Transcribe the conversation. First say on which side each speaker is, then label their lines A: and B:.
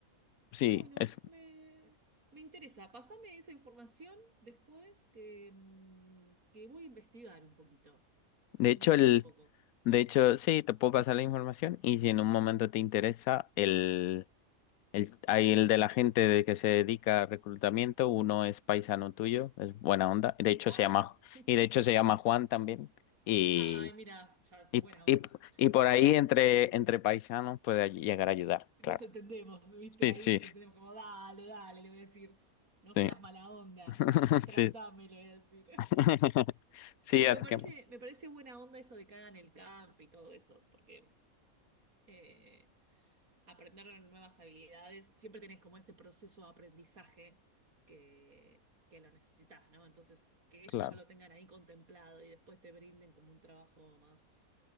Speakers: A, on the left; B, on the right.
A: sí,
B: Bueno,
A: es,
B: me, me interesa. Pásame esa información después que, mm, que voy a investigar un poquito.
A: de
B: Voy
A: hecho,
B: a investigar
A: el,
B: un poco.
A: de hecho, sí, te puedo pasar la información y si en un momento te interesa, el, el, hay el de la gente de que se dedica a reclutamiento, uno es paisano tuyo, es buena onda, de hecho
B: ¡Ah!
A: se llama,
B: <laughs>
A: y de hecho se llama Juan también y
B: Ay, mira, ya,
A: Y,
B: buena
A: y,
B: onda.
A: y por ahí entre, entre paisanos puede llegar a ayudar,
B: Nos
A: claro.
B: entendemos, ¿viste?
A: Sí,
B: Ahí
A: sí,
B: nos entendemos como, dale, dale, le voy a decir, no seas
A: sí.
B: mala onda,
A: <laughs>
B: contratame,
A: Sí.
B: le voy a decir.
A: <laughs> Sí,
B: Eh, me
A: así
B: parece,
A: que, bueno,
B: me parece buena onda eso de que hagan el camp y todo eso, porque eh, aprender nuevas habilidades, siempre tenés como ese proceso de aprendizaje que, que lo necesitas, ¿no? Entonces, que ellos
A: claro,
B: ya lo tengan ahí contemplado y después te brinden como un trabajo más